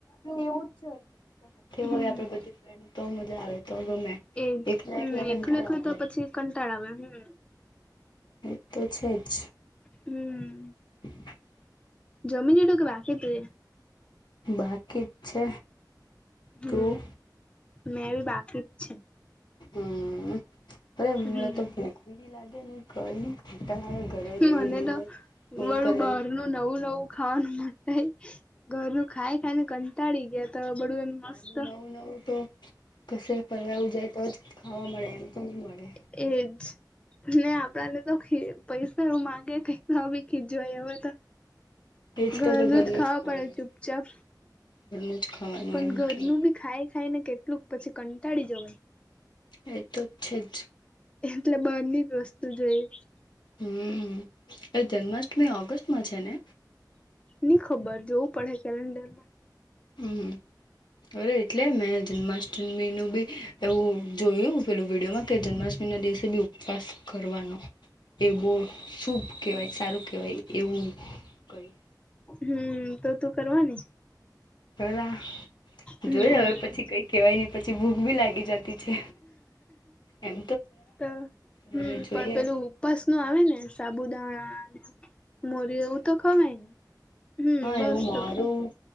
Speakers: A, on the left; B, on the left.
A: એવું જ
B: પડે
A: છે હોય
B: હમ
A: આપ બધ ફ તો મજા આવે તો ગમે.
B: એજ
A: એકલા
B: હમ
A: એકલા
B: એકલું
A: કંટાળો
B: એકલું
A: આવે
B: તો પછી કંટાળ આવે હમ.
A: એ તો છે જ.
B: હમ.
A: <inaudible>
B: જમીન હડું ભ બાકેતે.
A: બાકી જ છે
B: હમ
A: તું.
B: મેં બી બાકી જ છે.
A: હમ અરે હળ
B: હમ
A: તો ભૂખ ભી ન લાગે ને. ઘર ની ઘટા ઘરે
B: મને
A: રહી રહી
B: તો
A: ને
B: બધું
A: હું કર.
B: બહારનું નવું નવું ખાવાનું મ ઘર ન ખાઈ ખાઈ ને કંટાળી ગયા. તો બધું એમ
A: બાર
B: મસ્ત
A: નનું નવું નવું તો. કશે ફરવા જાય તો, જ ખાવા મળે, એમ તો ન મળે.
B: એ જ. અને આપડા ને તો પૈસા એવું માંગે કઈ ભી ખીજવાય હવે તો.
A: એજ
B: ઘરનું
A: તો કે
B: જ ખાવા
A: ખાવાનું
B: પડે ચુપચાપ
A: ઘરનું જ ખાવાનું
B: પણ
A: એમ
B: ઘરનું
A: કે
B: બી. ખાઈ ખાઈ ને કેટલુંક પછી કંટાળી જવાય.
A: એ તો છે જ.
B: એટલે બની જ વસ્તુ જોઈ.
A: હમ એ જન્માષ્ટમી ઓગસ્ટમાં છે ને.
B: નઈ ખબર જોવું પડે કેલેન્ડર માં.
A: હમ હ. બ એટલે મેં જન્માષ્ટમીનું બી એવું જોયું પેલું વિડીયોમાં. કે જન્માષ્ટમી ના દિવસે બી ઉપવાસ કરવાનો. એ બહુ શુભ કહેવાય સારું કહેવાય એવું કહી.
B: હમ તો તું કરવાની.
A: પેલા
B: હમ
A: જોય હવે પછી કઈ કેવાય નહી પછી ભૂખ ભી લાગી જ. છે એમ.
B: તો હમ
A: હવે જોઈએ
B: પણ પેલું ઉપસ નું આવે ને સાબુદાણા મરીયુ એવું તો ખવાય ને હમ
A: હા
B: બસ
A: એવું મારું
B: તો